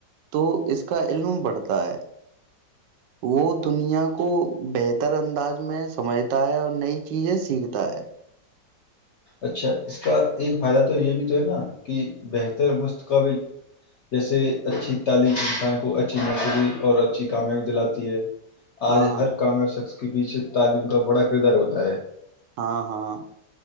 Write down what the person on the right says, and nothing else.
تو اس کا علم بڑھتا ہے وہ دنیا کو بہتر انداز میں سمجھتا ہے اور نئی چیزیں سیکھتا ہے
ہاں
ہاں ہاں